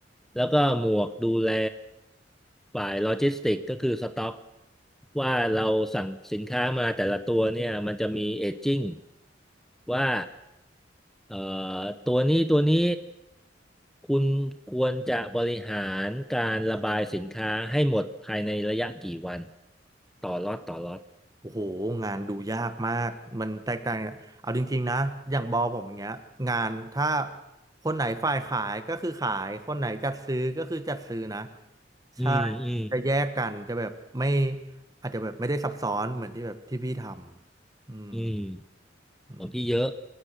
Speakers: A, in the centre; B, on the right.
A: แล้วก็หมวกดูแลฝ่ายโลจิสติกก็คือสต็อกว่าเราสั่งสินค้ามาแต่ละตัวเนี่ยมันจะมีเอจจิ้งว่า เอ่อตัวนี้ตัวนี้คุณควรจะบริหารการระบายสินค้าให้หมดภายในระยะกี่วันต่อล็อตต่อล็อต
B: โอ้โหงานดูยากมากมันแตกต่างเอาจริงๆนะอย่างบอผมอย่างเงี้ยงานถ้าคนไหนฝ่ายขายก็คือขายคนไหนจัดซื้อก็คือจัดซื้อนะ
A: อืมอืม
B: ใช่จะแยกกันจะแบบไม่อาจจะแบบไม่ได้ซับซ้อนเหมือนที่แบบที่พี่ทำอืม
A: อืม
B: อืม
A: ของพี่เยอะ